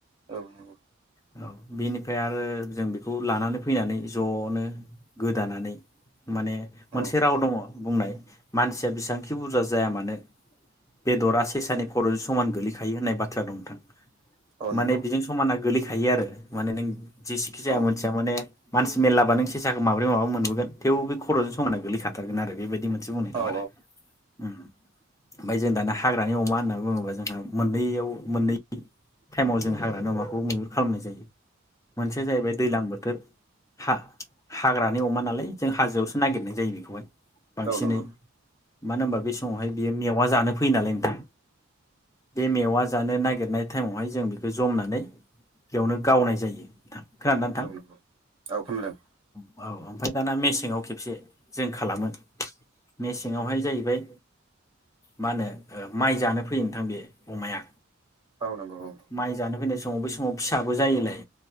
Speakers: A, on the right; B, on the left.
A: औ नंगौ
B: औ बेनिफ्राय आरो जों बेखौ लानानै फैनानै ज'नो गोदानानै माने मोनसे
A: औ
B: दङ बुंनाय मानसिया बेसेबांखि बुरजा जाया मानो बेदरा सेसानि खर' समान गोलैखायो होननाय बाथ्रा दं नोंथां।
A: औ नंगौ औ
B: माने
A: नंगौ
B: बेजों समान गोलैखायो आरो माने नों जेसेखि जाया
A: औ
B: मोनथिया माने मानसि मेर्लाबा नों सेसाखौ माब्रै माबा मोनबोगोन थेव बे खर'जों समाना गोलैखागोन। खाथारगोन आरो बेबायदि मोन। इदि बुंनाय दं
A: औ
B: आरो ओम। ओमफफ्राय जों दाना हाग्रानि अमा होनना बुङोबा जोंहा मोननैयाव मोननै टाइमाव जों हाग्रानि अमाखौ महुर खालामनाय जायो। मोनसेया जाहैबाय दैज्लां बोथोर हा-हाग्रानि अमा नालाय जों हाजोआवसो नागिरनाय जायो बेखौहाय बांसिनै
A: नंगौ
B: मानो होनबा बे समावहाय बियो मेवा जानो फैयो नालाय नोंथां बे मेवा जानो नागिरनाय टाइमावहाय जों बेखौ जमनानै बेयावनो गावनाय जायो। नोंथां खोनादोंना नोंथां
A: औ नंगौ औ खोनादों
B: औ ओमफ्राय दाना मेसेंवा खेबसे जों खालामो मेसेङावहाय जाहैबाय मा होनो माइ जानो फैयो नोंथां बे अमाया
A: औ नंगौ औ
B: माइ जानो फैनाय स समाव बै समाव फिसाबो जायोलाय।